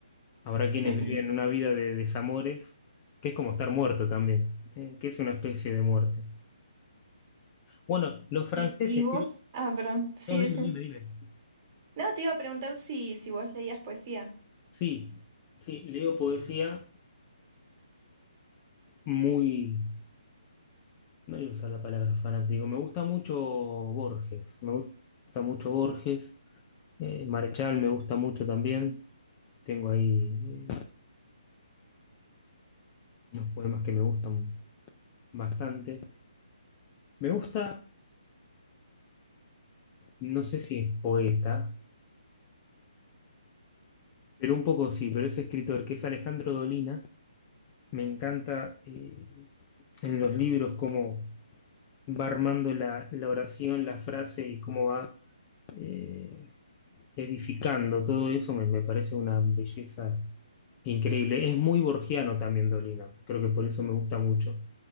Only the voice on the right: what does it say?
<laughs>
¿Y, y vos?
Ah, perdón, sí,
decime.
No, te iba a preguntar si, si vos leías poesía.